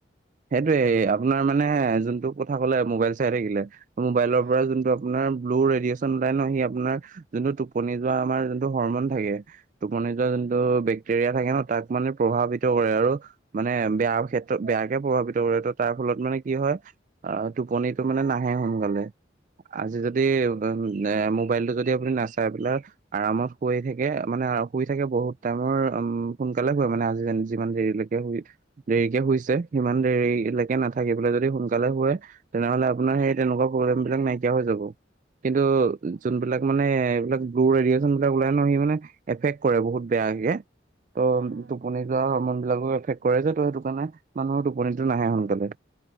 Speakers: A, on the right (about 40°); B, on the right (about 70°).
A: সেইটোয়ে আপোনাৰ মানে যোনটো কথা কলে মোবাইল চাই থাকিলে, মোবাইলৰ
B: হয়।
A: পৰা যোনটো আপোনাৰ ব্লু ৰেডিয়েচন ওলাই ন সি আপোনাৰ যোনটো টোপনি যোৱা আমাৰ যোনটো হৰমন থাকে টোপনি যোৱা যোনটো বেক্টেৰিয়া থাকে ন তাক মানে প্ৰভাৱিত কৰে আৰু। মানে বেয়া ক্ষেত্ৰ বেয়া। কে প্ৰভাৱিত কৰে ত তাৰ ফলত মানে কি হয় অ'টোপনিটো মানে নাহে সোনকালে। আজি যদি <inaudible> মোবাইলটো যদি আপুনি নাচাই পেলাই। আৰামত শুৱেই থাকে মানে, শুই থাকে বহুত টাইমৰ উম, সোনকালে শুৱে মানে আজি যিমান দেৰিলে। দেৰিকে হুইছে সিমান দেৰিলৈকে
B: হয়
A: নাথাকি। <inaudible> যদি সোনকালে শুৱে তেনেহলে আপোনাৰ সেই তেনেকুৱা প্ৰব্লেম বিলাক নাইকিয়া হৈ যাব। কিন্তু
B: আচ্ছা
A: যোনবিলাক। মানে এইবিলাক ব্লু ৰেডিয়েচন বিলাক ওলাই ন সি মানে এফেক্ট কৰে বহুত বেয়াকে। ত'
B: হয় হয়
A: টোপনি যোৱা মন বিলাকো এফেক্ট কৰে যে ত' সেইটো কাৰণে মানুহৰ টোপনিটো নাহে সোনকালে।